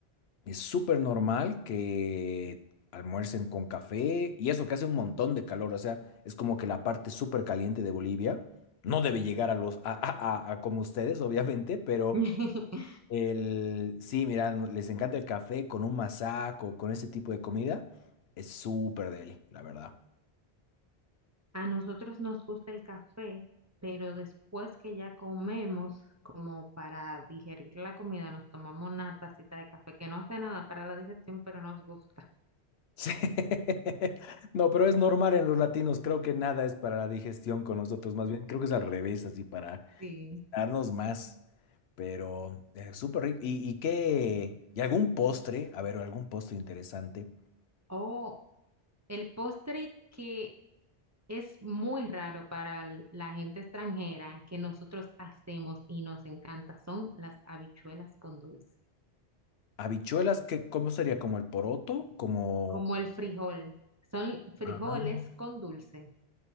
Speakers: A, on the left; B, on the right.
A: Es súper normal que almuercen con café y eso que hace un montón de calor. O sea, es como que la parte súper caliente de Bolivia no debe llegar a los, a a- a- a como ustedes, obviamente, pero.
B: <laughs>
A: El, sí, mira, no- les encanta el café con un masaco, con ese tipo de comida. Es súper deli, la verdad.
B: A nosotros nos gusta el café, pero después que ya comemos, como para digerir la comida, nos tomamos una tacita de café que no hace nada para la digestión, pero nos gusta.
A: Sí. <laughs> No, pero es normal en los latinos. Creo que nada es para la digestión con nosotros. Más bien, creo que es al revés, así para
B: Sí.
A: darnos más. Pero es súper rico. ¿Y, y qué? ¿Y algún postre? A ver, algún postre interesante.
B: O El postre que es muy raro para l- la gente extranjera que nosotros hacemos y nos encanta son las habichuelas con dulce,
A: Habichuelas, ¿qué, cómo sería? ¿Como el poroto? Como...
B: como el frijol. Son frijoles
A: Ah.
B: con dulce.